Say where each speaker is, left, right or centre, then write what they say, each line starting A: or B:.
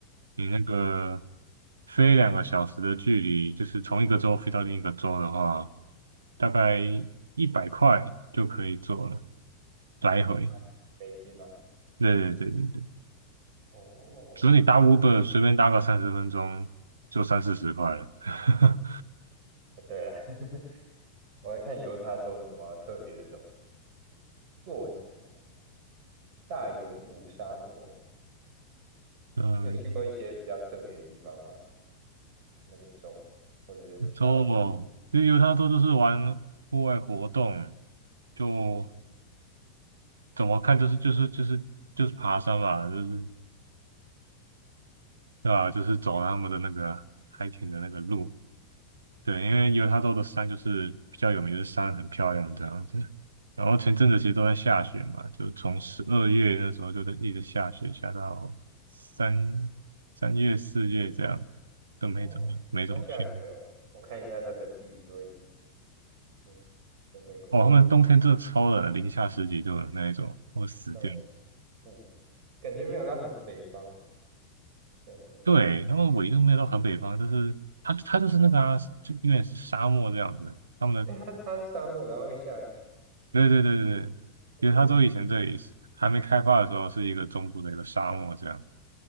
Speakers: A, on the right; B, on the right.
A: 你那个飞两个小时的距离，就是从一个州飞到另一个州的话，大概一百块就可以坐了。来回，
B: 一百美金吗？
A: 对对对对对，
B: 哦，
A: 所以你搭 Uber 随便搭个三十分钟就三四十块了。<laughs>
B: 对了。<laughs> 我来看犹他州什么特别的东西。落基山大盐湖沙漠，
A: 嗯，
B: 你有去过一些比较特别的地方吗？那个州或者是夏威夷？
A: 不错哦。其实犹他州就是玩户外活动，就怎么看就是就是就是就是爬山嘛，就是对吧？就是走他们的那个 hiking 的那个路。对，因为犹他州的山就是比较有名，就是山很漂亮这样子。然后前阵子其实都在下雪嘛，就从十二月那时候就在一直下雪，下到三三月四月这样，都没怎么没怎么去。
B: 哦，刚下雪哦。我看一下它的地理位置，嗯，跟美国不是
A: 哦，他们冬天真的超冷，零下十几度的那一种，会死掉。
B: 在西部，感觉没有到很北方，没有那么热。
A: 对，他们纬度没有到很北方，就是他他就是那个啊，就有点沙漠这样子。他们的
B: 哎，它它是沙漠，然后会下雪，
A: 对对对对对，
B: 好神奇。
A: 因为他州以前这里是还没开发的时候是一个中部的一个沙漠这样。